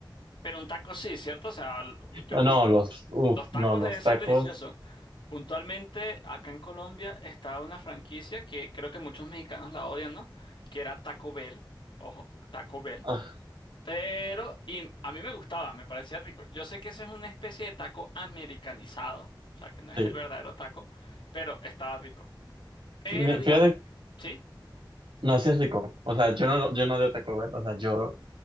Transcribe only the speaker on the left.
pero un taco sí, ¿cierto? O sea, l- yo,
pi-
Los tacos
deben ser
deliciosos. Puntualmente, acá en Colombia está una franquicia que creo que muchos mexicanos la odian, ¿no? Que era Taco Bell. Ojo, Taco Bell.
Pero, y a mí me gustaba, me parecía rico. Yo sé que ese es una especie de taco americanizado, o sea, que no es
el verdadero taco, pero estaba rico. Pero,
digamos,
sí,